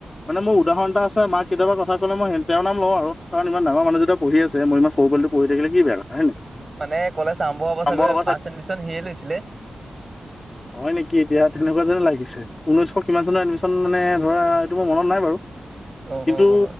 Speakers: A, on the left (about 25°); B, on the right (about 25°).
A: মানে মোৰ উদাহৰণ এটা আছে মাক কেতিয়াবা কথা ক'লে মই তেওঁৰ নাম লওঁ আৰু। কাৰণ ইমান ডাঙৰ মানুহ যেতিয়া পঢ়ি আছে মই ইমান সৰু পোৱালীটো পঢ়ি থাকিলে কি বেয়া কথা হয় নাই।
B: মানে কলেজ আৰম্ভ হ'ব
A: নম্বৰ
B: চাগৈ
A: অৱস্থাত
B: ফাষ্ট এডমিশন সিয়ে লৈছিলে।
A: হয় নেকি এতিয়া তেনেকুৱা যেনে লাগিছে, ঊনৈশ কিমান চনত এডমিচন মানে ধৰা এইটো মোৰ মনত নাই বাৰু,
B: অ
A: কিন্তু
B: অ অ